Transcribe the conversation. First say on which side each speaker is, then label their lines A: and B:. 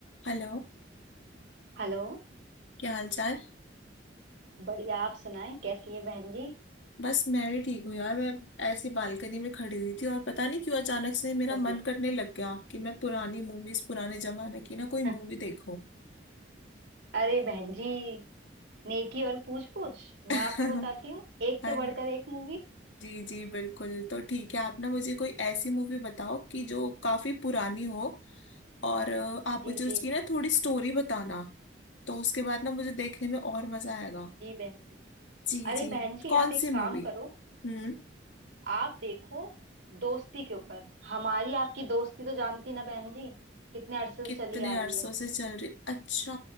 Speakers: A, on the left; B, on the right.
A: Hello
B: Hello
A: क्या हाल चाल
B: बढ़िया आप सुनाएं कैसी है बहन जी
A: बस मैं भी ठीक हूँ यार मैं ऐसी बालकनी में खड़ी हुई थी और पता नहीं क्यों अचानक से
B: अच्छा
A: मेरा मन
B: जी
A: करने लग गया कि मैं पुरानी मूवीज पुराने जमाने की ना कोई मूवी
B: <laughs>
A: देखूं
B: अरे बहन जी नेकी और पूछ पूछ मैं
A: <laughs>
B: आपको बताती हूँ एक
A: अरे
B: से बढ़कर एक मूवी
A: जी जी बिल्कुल तो ठीक है आप ना मुझे कोई ऐसी मूवी बताओ कि जो काफी पुरानी हो और अ, आप
B: जी
A: मुझे उसकी
B: जी
A: ना थोड़ी स्टोरी बताना तो उसके बाद ना मुझे देखने में और मजा आएगा
B: जी बहन जी
A: जी
B: अरे
A: जी
B: बहन जी
A: कौन
B: आप एक
A: सी
B: काम
A: मूवी
B: करो
A: हम्म
B: आप देखो दोस्ती के ऊपर हमारी आपकी दोस्ती तो जानती ना बहन जी कितने अरसे
A: कितने
B: से चली आ रही
A: अरसों
B: है
A: से चल रही अच्छा